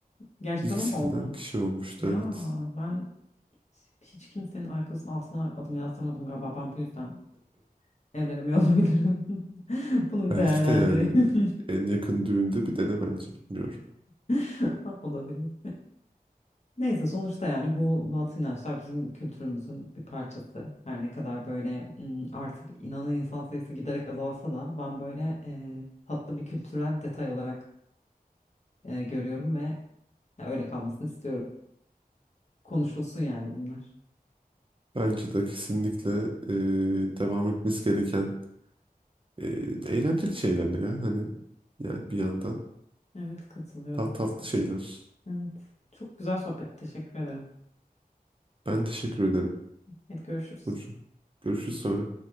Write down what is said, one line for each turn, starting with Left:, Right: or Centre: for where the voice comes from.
Left: gerçekten
Right: ilk
Left: o
Right: silinen
Left: mu oldu?
Right: kişi olmuştu.
Left: Ya
Right: Evet.
Left: ben hiç kimsenin ayakkabısının altına adımı yazdırmadım galiba. Ben bu yüzden evlenemiyor olabilirim. <laughs> Bunu bir
Right: Belki
Left: değerlendireyim.
Right: de yani en yakın düğünde bir dene bence bilmiyorum.
Left: <laughs> Olabilir. Neyse sonuçta yani bu batı inançlar bizim kültürümüzün bir parçası. Her ne kadar böyle m, artık inanan insan sayısı giderek azalsa da ben böyle e, tatlı bir kültürel detay olarak e, görüyorum ve ya öyle kalmasını istiyorum. Konuşulsun yani bunlar.
Right: Bence de kesinlikle e, devam etmesi gereken e, eğlenceli şeyler ya. Hani yani bir yandan
Left: Evet katılıyorum.
Right: ta tatlı şeyler.
Left: Evet. Çok güzel sohbet. Teşekkür ederim.
Right: Ben teşekkür ederim
Left: Hadi görüşürüz.
Right: Burcu. Görüşürüz sonra.